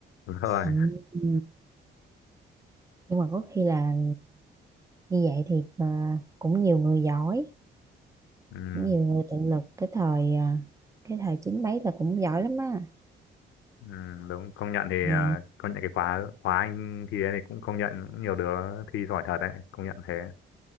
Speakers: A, on the left; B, on the right.
A: đúng rồi
B: ừ. ừ. nhưng mà có khi là như vậy thì à, cũng nhiều người giỏi
A: ừ,
B: nhiều người tự lực cái thời à, cái thời chín mấy là cũng giỏi lắm á
A: ừ, đúng công nhận thì
B: dạ
A: ờ, công nhận cái khóa khóa anh thì thì cũng công nhận nhiều đứa thi giỏi thật đấy công nhận thế